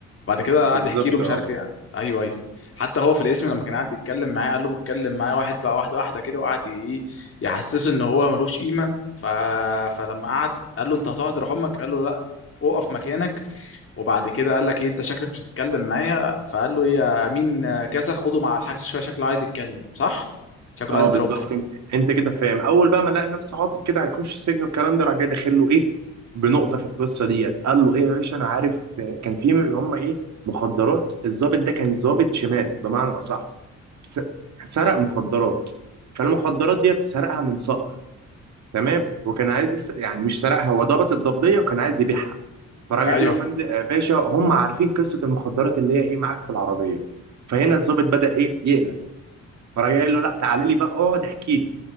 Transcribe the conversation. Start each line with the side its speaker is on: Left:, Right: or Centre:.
Left: بعد كده
Right: بالظبط
Left: قعد يحكي له مش
Right: اه
Left: عارف ايه ايوه ايوه حتى هو في الاسم لما كان قاعد بيتكلم معاه قال له بتكلم معاه واحد بقى واحده واحده كده وقعد ايه يحسسه ان هو ملوش قيمه ف... فلما قعد قال له انت هتقعد روح امك قال له لا اقف مكانك وبعد كده قال لك ايه انت شكلك مش هتتكلم معايا فقال له إيه يا امين كذا خده مع الحجز شويه شكله عايز يتكلم صح شكله
Right: اه
Left: عايز
Right: بالظبط
Left: يترب
Right: انت انت كده فاهم اول بقى ما لقى نفسه عاطل كده هيخش السجن والكلام ده راح جاي داخل له ايه بنقطه في القصه ديت قال له ايه يا باشا انا عارف آه، كان في اللي هم ايه مخدرات الضابط ده كان ضابط شمال بمعنى اصح س- سرق مخدرات فالمخدرات ديت سرقها من صقر تمام وكان عايز يس... يعني مش سرقها هو ضابط الضبطيه وكان عايز يبيعها فراجع
Left: ايوه
Right: قال له يا فندم آه، باشا هم عارفين قصه المخدرات اللي هي ايه معاك في العربيه فهنا الضابط بدأ ايه يقلق فراجع قايل له لا تعالى لي بقى اقعد احكي لي